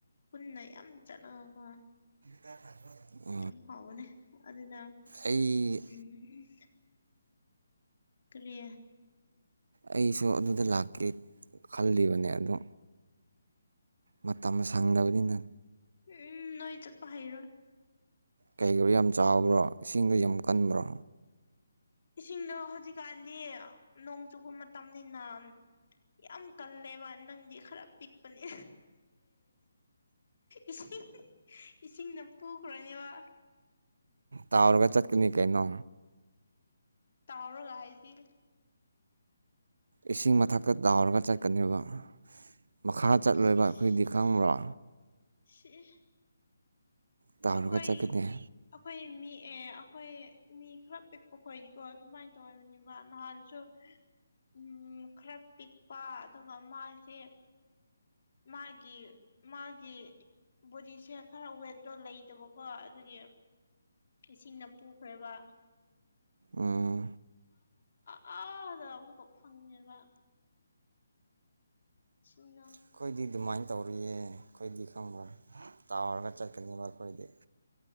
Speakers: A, on the left; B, on the right.
A: ꯄꯨꯟꯅ ꯌꯥꯝ ꯆꯠꯂꯀꯣ
B: ꯇ ꯈꯖꯕ
A: ꯌꯥꯝ ꯍꯥꯎꯕꯅꯦ ꯑꯗꯨꯅ
B: ꯑꯩ
A: ꯎꯝ ꯇ꯭ꯔꯦ
B: ꯑꯩꯁꯨ ꯑꯗꯨꯗ ꯂꯥꯛꯀꯦ ꯈꯜꯂꯤꯕꯅꯦ ꯑꯗꯣ ꯃꯇꯝ ꯁꯪꯗꯕꯅꯤꯅ
A: ꯎꯝ ꯅꯣꯏ ꯆꯠꯄ ꯍꯥꯏꯔꯣ
B: ꯀꯩꯒꯔꯣ ꯌꯥꯝ ꯆꯥꯎꯕ꯭ꯔꯣ ꯏꯁꯤꯡꯗ ꯌꯥꯝ ꯀꯟꯕ꯭ꯔꯣ
A: ꯏꯁꯤꯡꯗꯣ ꯍꯧꯖꯤꯛꯀꯥꯟꯗꯤ ꯅꯣꯡ ꯆꯨꯕ ꯃꯇꯝꯅꯤꯅ ꯌꯥꯝ ꯀꯜꯂꯦꯕ ꯅꯪꯗꯤ ꯈꯔ ꯄꯤꯛꯄꯅꯦ ꯏꯁꯤꯡ ꯏꯁꯤꯡꯅ ꯄꯨꯈ꯭ꯔꯅꯦꯕ
B: ꯇꯥꯥꯎꯔꯒ ꯆꯠꯀꯅꯤ ꯀꯩꯅꯣ
A: ꯇꯥꯎꯔꯣꯒ ꯍꯥꯏꯗꯤ
B: ꯏꯁꯤꯡ ꯃꯊꯛꯇ ꯇꯥꯎꯔꯒ ꯆꯠꯀꯅꯦꯕ ꯃꯈꯥ ꯆꯠꯂꯣꯏꯕ
A: ꯁꯤꯁ
B: ꯑꯩꯈꯣꯏꯗꯤ ꯈꯪꯕ꯭ꯔꯥ
A: ꯁꯤ
B: ꯇꯥꯎꯔꯒ
A: ꯑꯩꯈꯣꯏ
B: ꯆꯠꯀꯅꯤ
A: ꯑꯩꯈꯣꯏ ꯃꯤꯑ ꯑꯩꯈꯣꯏ ꯃꯤ ꯈꯔ ꯄꯤꯛꯄ ꯈꯣꯠꯏꯀꯣ ꯑꯗꯨꯃꯥꯏꯅ ꯇꯧꯔꯤꯕꯅꯦꯕ ꯅꯍꯥꯟꯁꯨ ꯎꯝ ꯈꯔ ꯄꯤꯛꯄ ꯑꯗꯨꯒ ꯃꯥꯁꯦ ꯃꯥꯒꯤ ꯃꯥꯒꯤ ꯕꯣꯗꯤꯁꯦ ꯈꯔ ꯋꯦꯠꯇꯠꯇꯣ ꯂꯩꯇꯕꯀꯣ ꯑꯗꯨꯒꯤ ꯏꯁꯤꯡꯅ ꯄꯨꯈ꯭ꯔꯕ
B: ꯑꯥ
A: ꯈꯥꯗ ꯑꯃꯨꯛꯀ ꯐꯪꯉꯦꯕ ꯁꯤꯨꯝꯅꯣ <unintelligible>
B: ꯑꯩꯈꯣꯏꯗꯤ ꯑꯗꯨꯃꯥꯏꯅ ꯇꯧꯔꯤꯌꯦ ꯑꯩꯈꯣꯏꯗꯤ ꯈꯪꯕ꯭ꯔꯥ ꯇꯥꯎꯔꯒ ꯆꯠꯀꯅꯦꯕ ꯑꯩꯈꯣꯏꯗꯤ